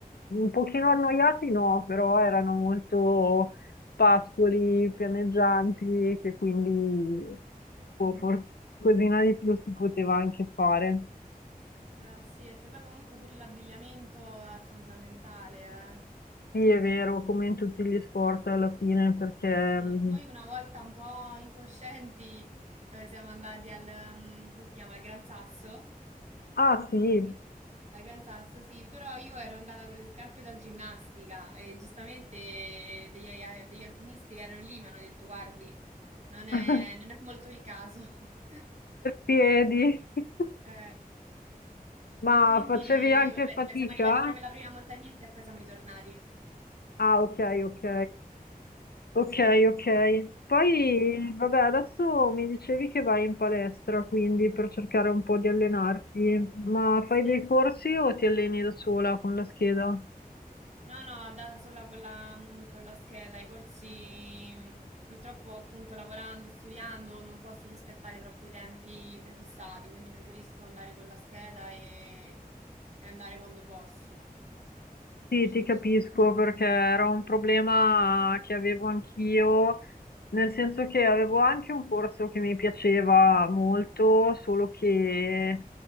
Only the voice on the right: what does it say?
Mm.
Eh, sì, perché poi comunque pure l'abbigliamento è fondamentale.
eh. Sì, sì.
Noi una volta un po' incoscienti eh, siamo andati al, mm, come si chiama, al Gran Sasso.
Sì. Al Gran Sasso, sì, però io ero andata con le scarpe da ginnastica e giustamente degli, degli alpinisti che erano lì mi hanno detto, guardi, non è,
non è molto il caso. <laughs>
Eh,
e quindi,
vabbè,
cioè, siamo arrivati proprio alla prima montagnetta e poi siamo ritornati.
Sì,
sì.
No, no, da sola con la, con la scheda, i corsi, mh, purtroppo appunto lavorando, studiando, non posso rispettare troppo i tempi prefissati, quindi preferisco andare con la scheda e, e andare quando posso.
Sì,
sì.